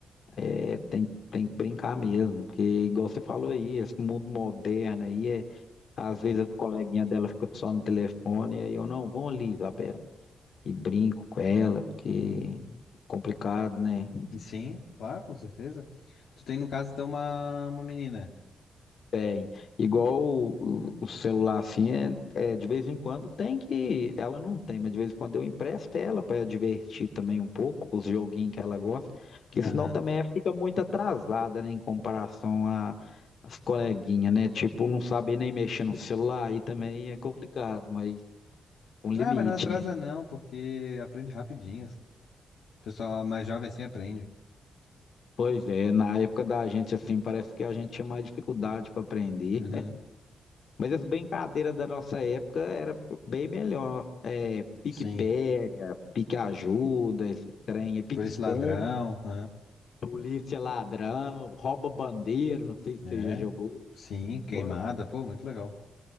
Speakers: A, on the left; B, on the left.
A: é, tem, tem que brincar mesmo, porque igual você falou aí, esse mundo moderno aí, é, às vezes as coleguinhas dela ficam só no telefone, e aí eu não, vão ali, Isabela, e brinco com ela, porque é complicado, né?
B: Sim, claro, com certeza. Tu tem, no caso, então, uma, uma menina.
A: Tem. Igual o, o- o celular, assim, é, é, de vez em quando tem que. Ela não tem, mas de vez em quando eu empresto ela para divertir também um pouco, os joguinhos que ela gosta, porque
B: Aham.
A: senão também ela fica muito atrasada, né, em comparação a- às coleguinhas, né? Tipo, não sabe nem mexer no celular, aí também é complicado, mas com limite,
B: Ah, mas não atrasa
A: né?
B: não, porque aprende rapidinho. O pessoal mais jovem assim aprende.
A: Pois é, na época da gente, assim, parece que a gente tinha mais dificuldade para aprender.
B: Uhum.
A: Mas as brincadeiras da nossa época era bem melhor. É, pique-pega,
B: Sim.
A: pique-ajuda, esse trem, pique-esconde,
B: Por esse ladrão, aham.
A: polícia ladrão, rouba bandeira, não sei se
B: É.
A: você já jogou.
B: Sim, queimada,
A: Agora,
B: pô, muito legal.